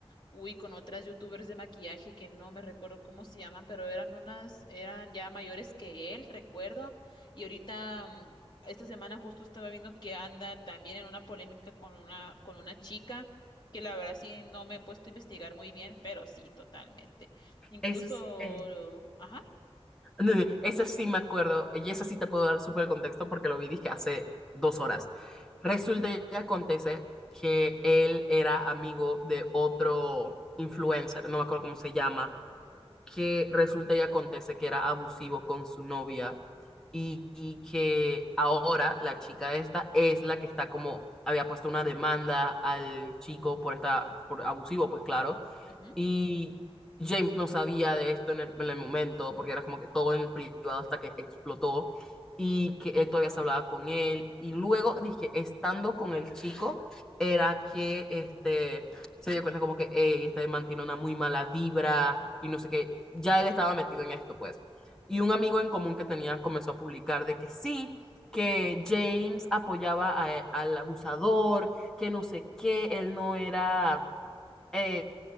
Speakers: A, on the left; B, in the centre.
A: uy, con otras youtubers de maquillaje que no me recuerdo cómo se llaman, pero eran unas, eran ya mayores que él, recuerdo. Y ahorita, mm, esta semana justo estaba viendo que anda también en una polémica con una, con una chica, que la verdad sí no me he puesto a investigar muy bien, pero sí, totalmente. Incluso,
B: Eso es, eh,
A: ajá.
B: <laughs> Eso sí me acuerdo, y eso sí te puedo dar súper contexto porque lo vi, dije, hace dos horas. Resulta
A: ¿Mm?
B: y acontece que él era amigo de otro influencer, no me acuerdo cómo se llama, que resulta y acontece que era abusivo con su novia y, y que ahora la chica esta es la que está como, había puesto una demanda al chico por esta, por abusivo, pues claro,
A: ujú,
B: y James no sabía de esto en el, en el momento, porque era como que todo en privado hasta que explotó y que él todavía se hablaba con él. Y luego, dije, estando con el chico, era que este, se dio cuenta como que "Ey, este mantiene una muy mala vibra y no sé qué. Ya él estaba metido en esto, pues. Y un amigo en común que tenían comenzó a publicar de que sí, que James apoyaba a- al abusador, que no sé qué, él no era eh,